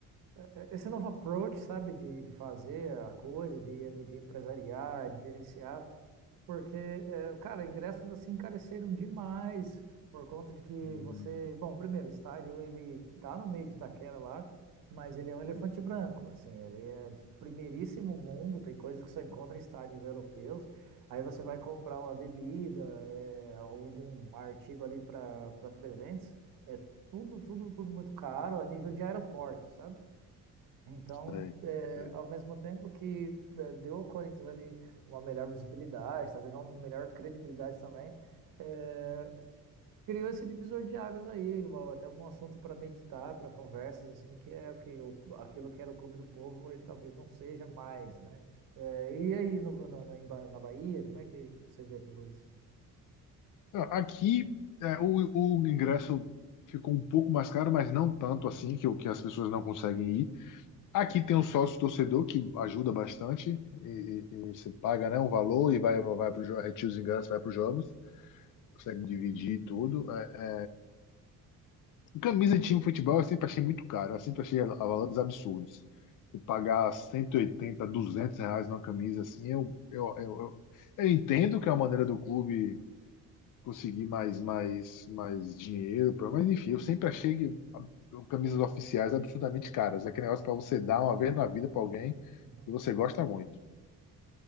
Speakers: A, on the right; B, on the left.
A: é, esse novo approach, sabe? De, de fazer a coisa, de, de empresariar, de gerenciar. Porque, é, cara, ingressos assim encareceram demais por conta de que
B: hum,
A: você, bom, primeiro, o estádio ele tá no meio de Itaquera lá, mas ele é um elefante branco, assim, ele é de primeiríssimo mundo, tem coisas que só encontra em estádios europeus. Aí você vai comprar uma bebida, é, algum artigo ali para para presentes, é tudo, tudo, tudo muito caro a nível de aeroporto, sabe? Então,
B: sei,
A: é,
B: sei.
A: ao mesmo tempo que da- deu ao Corinthians ali uma melhor visibilidade, talvez uma melhor credibilidade também, é, criou esse divisor de águas aí, uma- até um assunto para meditar, para conversas, assim, que é o que o- aquilo que era o Clube do Povo hoje talvez não seja mais, né? É, e aí, no, no, no- em Ba- na Bahia, como é que você vê tudo isso?
B: Ah, Aqui é, o, o ingresso ficou um pouco mais caro, mas não tanto assim, que, o- que as pessoas não conseguem ir.
A: Uhum,
B: Aqui tem um sócio torcedor que ajuda bastante, e, e- e você paga, né, um valor e vai, vai para os retira os ingressos, vai para os jogos, consegue dividir tudo. É. Camisa de time de futebol eu sempre achei muito caro, eu sempre achei a, a valores absurdos. E pagar 180, 200 reais numa camisa assim, eu, eu, eu, eu, eu entendo que é uma maneira do clube conseguir mais, mais, mais dinheiro. pra- Mas enfim, eu sempre achei que a- camisas oficiais absurdamente caras. É aquele negócio para você dar uma vez na vida para alguém
A: uhum,
B: que você gosta muito.